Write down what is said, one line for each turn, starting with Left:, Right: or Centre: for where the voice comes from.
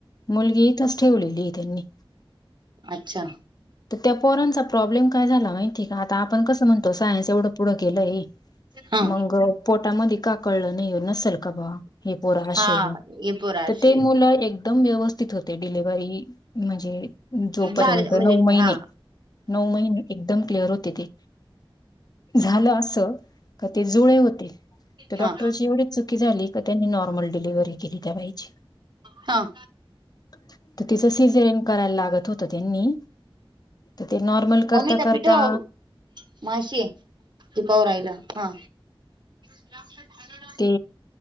Left: मुलगी इथच ठेवलेलीय त्यांनी
Right: अच्छा
Left: तर त्या पोरांचा प्रॉब्लेम काय झाला माहिती आहे का आता आपण कसं म्हणतो सायन्स एवढं पुढं गेलय
Right: हा
Left: मगं पोटामध्ये का कळलं नाही नसेल का बाबा हे पोर अशीय
Right: हा हे पोर अशे
Left: तर ते मुलं एकदम व्यवस्थित होत ते डिलेव्ही म्हणजे जोपर्यंत
Right: झाले म्हणजे
Left: नऊ महिने
Right: हा
Left: नऊ महिने एकदम क्लिअर होते ते झालं असं का ते जुळे होते तर डॉक्टरची
Right: हा
Left: एवढीच चुकी झाली का त्यांनी नॉर्मल डिलिव्हरी केली त्या बायची
Right: हां
Left: तर तिचं सीझरियन करायला लागत होतं त्यांनी तर ते नॉर्मल
Right: मम्मी
Left: करता
Right: त्या
Left: करता
Right: पिठाव माशी तुकावर रायला हा लक्ष झा
Left: ते